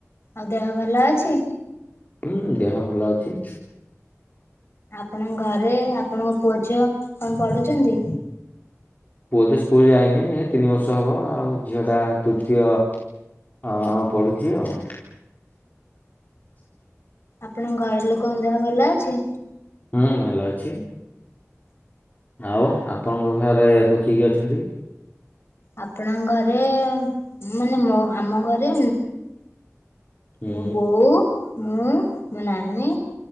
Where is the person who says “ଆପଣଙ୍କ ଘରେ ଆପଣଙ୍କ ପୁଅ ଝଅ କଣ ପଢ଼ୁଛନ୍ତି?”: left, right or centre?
Left